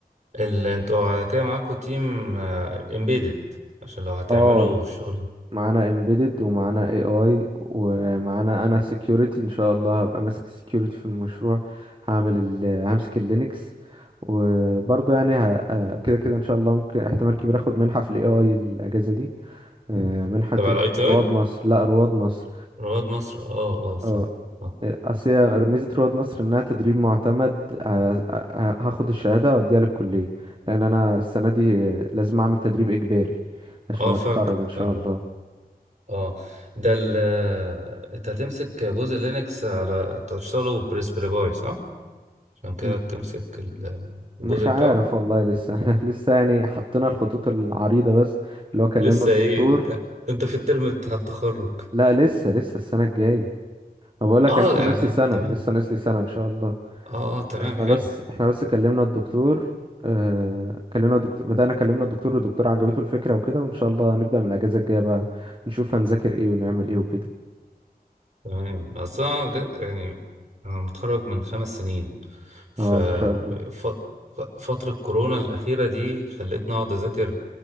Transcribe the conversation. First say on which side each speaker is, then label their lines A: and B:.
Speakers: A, on the right (about 45°); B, on the right (about 30°).
A: ال أنتوا على كده معاكوا تيم امبيدد عشان لو هتعملوا
B: اه
A: الشغل
B: معانا embedded ومعانا AI ومعانا انا security ان شاء الله هبقى ماسك security في المشروع هعمل ال... همسك اللينكس وبرضه يعني ه... آه، كده كده ان شاء الله ممكن احتمال كبير اخد منحة في ال AI الاجازة دي آه، منحة
A: تبع ال ITI
B: رواد مصر لا رواد مصر
A: رواد مصر اه اه صح
B: اه
A: اه
B: اصل هي ميزه رواد مصر انها تدريب معتمد ه- ه- هاخد الشهاده واديها للكليه لان انا السنه دي لازم اعمل تدريب اجباري عشان
A: اه فاكر
B: اتخرج ان شاء
A: فاهم
B: الله
A: اه ده ال آه، انت هتمسك جزء لينكس على انت هتشتغله بريسبري باي صح؟ عشان كده
B: م-
A: تمسك الجزء
B: مش عارف
A: بتاعه
B: والله لسه <laughs> لسه يعني حطينا الخطوط العريضه بس اللي هو كلمنا
A: لسه
B: الدكتور
A: ايه ده انت في الترم بتاع التخرج
B: لا لسه لسه السنه الجايه انا بقول لك
A: اه
B: أنا لسه
A: يعني
B: ناقص
A: آه
B: لي سنه
A: تمام
B: لسه ناقص لي سنه ان شاء الله
A: اه آه، تمام
B: احنا
A: حلو
B: بس احنا بس كلمنا الدكتور اه كلمنا الدكتور بدأنا كلمنا الدكتور والدكتور عجبته الفكرة وكده وان شاء الله هنبدأ من الأجازة الجاية بقى نشوف هنذاكر ايه ونعمل ايه وكده
A: تمام اصل انا جا- يعني انا متخرج من خمس سنين ف
B: اه ان شاء الله
A: ف- ف- فترة كورونا الأخيرة دي خلتني أقعد أذاكر